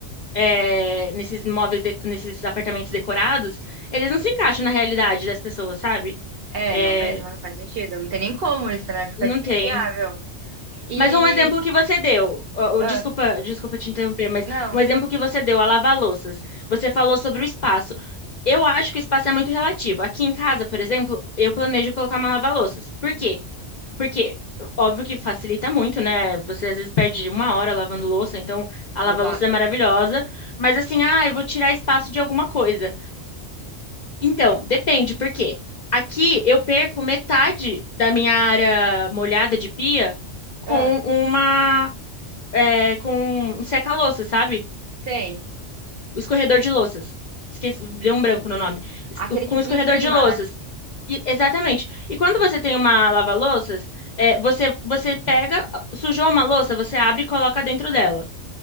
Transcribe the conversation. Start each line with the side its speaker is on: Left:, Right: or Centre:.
Left: é, nesses móveis de- nesses apartamentos decorados, eles não se encaixam na realidade das pessoas, sabe?
Right: É,
Left: É,
Right: não mesmo, não faz sentido. Não tem nem como isso, né? Fica,
Left: não
Right: tipo,
Left: tem.
Right: inviável. E.
Left: Mas um exemplo que você deu, ó,
Right: ah,
Left: ó, desculpa, desculpa te interromper, mas
Right: não,
Left: um exemplo que você deu, a lava-louças. Você falou sobre o espaço. Eu acho que o espaço é muito relativo. Aqui em casa, por exemplo, eu planejo colocar uma lava-louças. Por quê? Porque, óbvio que facilita muito, né? Você às vezes perde uma hora lavando louça, então a lava-louças
Right: exato.
Left: é maravilhosa. Mas assim, ah, eu vou tirar espaço de alguma coisa. Então, depende, por quê? Aqui eu perco metade da minha área molhada de pia com
Right: Ah,
Left: uma é, com um seca-louças, sabe?
Right: sei.
Left: O escorredor de louças. Esqueci, deu um branco no nome. Es-
Right: Aquele
Left: Com
Right: que fica
Left: escorredor
Right: em cima,
Left: de louças.
Right: né?
Left: E- exatamente. E quando você tem uma lava-louças, é, você, você pega, sujou uma louça, você abre e coloca dentro dela.